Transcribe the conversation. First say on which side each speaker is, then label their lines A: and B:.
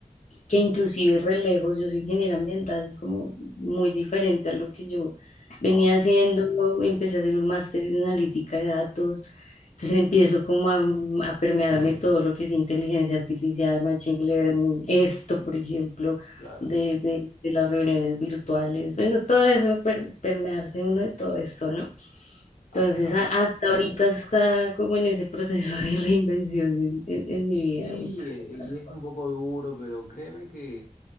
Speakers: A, on the left; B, on the left.
A: que inclusive re lejos, yo soy ingeniera ambiental, como muy diferente a lo que yo venía
B: Wow,
A: haciendo, empecé a hacer un máster en analítica de datos, entonces empiezo como a, a permearme todo lo que es inteligencia artificial, machine learning, esto, por ejemplo,
B: claro.
A: de, de- de las reuniones virtuales, bueno, todo eso, per- permearse uno de todo esto, ¿no?
B: Ah,
A: Entonces,
B: caramba.
A: a- hasta ahorita está como en ese proceso de reinvención en, en- en mi
B: Y sí,
A: vida, buscando
B: eh,
A: otras
B: y es
A: formas.
B: un poco duro, pero créeme que